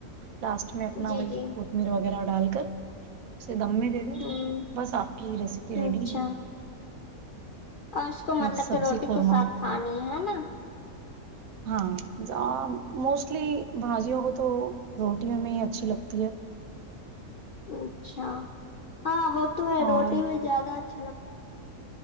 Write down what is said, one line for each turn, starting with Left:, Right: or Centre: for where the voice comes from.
Right: لاسٹ اس میں اپنا
Left: جی
Right: وہی
Left: جی
Right: کوتھمیر وغیرہ ڈال کر اسے دم میں دے دیں
Left: ہوں
Right: بس آپ کی یہ ریسیپی ریڈی
Left: اچھا
Right: ہے
Left: اور اس کو مطلب
Right: مکس سبزی
Left: کہ روٹی
Right: قورمہ
Left: کے ساتھ کھانی ہے نا
Right: ہاں زا موسٹلی بھاجیوں کو تو روٹیوں میں اچھی لگتی ہے
Left: اچھا ہاں وہ تو ہے
Right: اور
Left: روٹی میں زیادہ اچھا لگتی